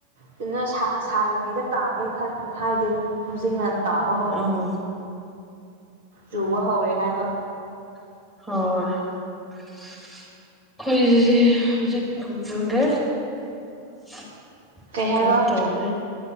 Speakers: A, on the right (about 60°); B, in the centre.
A: ꯀꯩꯅꯣ ꯁꯥꯔꯤꯉꯩꯗ ꯇꯥꯒꯦ ꯍꯥꯏꯗꯤ ꯍꯧꯖꯤꯛꯅ ꯇꯥꯕ ꯍꯧꯋꯦ
B: ꯎꯝ
A: ꯂꯨꯕ ꯍꯧꯔꯦ ꯍꯥꯏꯕ
B: ꯍꯣꯏ ꯑꯩꯈꯣꯏꯗꯤ ꯍꯧꯖꯤꯛ ꯆꯨꯗꯦ <unintelligible>
A: ꯀꯩ ꯍꯥꯏꯕ
B: ꯀꯩꯝ ꯇꯧꯅꯤ